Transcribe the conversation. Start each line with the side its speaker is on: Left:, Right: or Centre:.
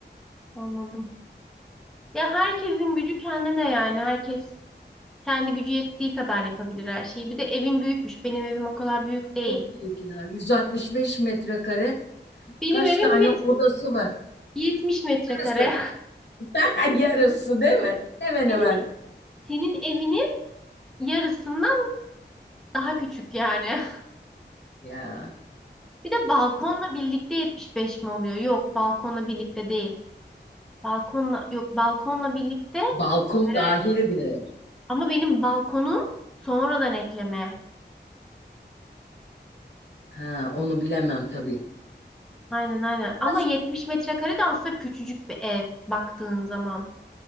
Centre: Anladım. Ya herkesin gücü kendine yani. Herkes kendi gücü yettiği kadar yapabilir her şeyi. Bir de evin büyükmüş. Benim evim o kadar büyük değil.
Left: Çok büyük ya. 165 metrekare
Centre: Benim
Left: Kaç
Centre: evim
Left: tane
Centre: yet
Left: odası var?
Centre: 70 metrekare.
Left: Yarısı. <laughs> Yarısı değil mi?
Centre: <laughs>
Left: Hemen
Centre: Senin
Left: hemen.
Centre: senin evinin yarısından daha küçük yani.
Left: Ya
Centre: <laughs> Bir de balkonla birlikte 75 mi oluyor? Yok, balkonla birlikte değil. Balkonla yok, balkonla birlikte
Left: balkon
Centre: Karar-
Left: dahildir.
Centre: ama benim balkonum sonradan ekleme.
Left: Ha onu bilemem tabii.
Centre: Aynen aynen. Ama
Left: Ama
Centre: 70 metrekare de aslında küçücük bir ev baktığın zaman.